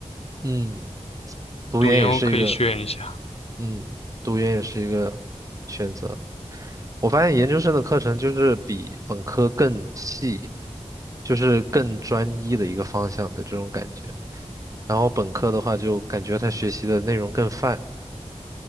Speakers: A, on the right; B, on the left.
A: 嗯，读研也是一个，
B: 读研我可以选一下。
A: 嗯，读研也是一个选择。我发现研究生的课程就是比本科更细，就是更专一的一个方向的这种感觉。然后本科的话，就感觉他学习的内容更泛。